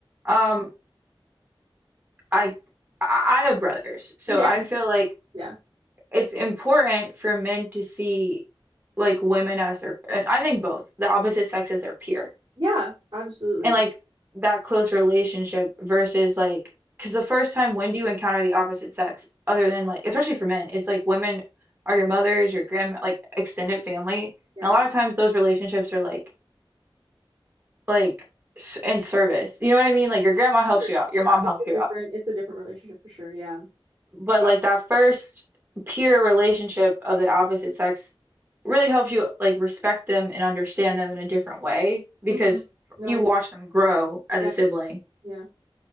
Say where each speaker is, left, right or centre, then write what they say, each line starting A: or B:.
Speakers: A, on the right; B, on the right.
A: um, I I I have brothers, so
B: yeah,
A: I feel
B: <laughs>
A: like
B: yeah,
A: it's important for men to see like women as their and I think both the opposite sex as their peer
B: yeah, absolutely,
A: and like that close relationship versus like because the first time when do you encounter the opposite sex other than like especially for men it's like women are your mothers your grand like extended family
B: yeah,
A: and a lot of times those relationships are like like s- in service you know what I mean like your grandma helps
B: Sure,
A: you out your
B: yeah.
A: mom
B: It's
A: helps
B: a
A: you
B: different
A: out
B: it's a different relationship for sure, yeah.
A: but
B: Uh,
A: like that first peer relationship of the opposite sex really helps you like respect them and understand them in a different way because
B: mhm. No,
A: you
B: I agree.
A: watch them grow as
B: Yeah,
A: a sibling,
B: yeah.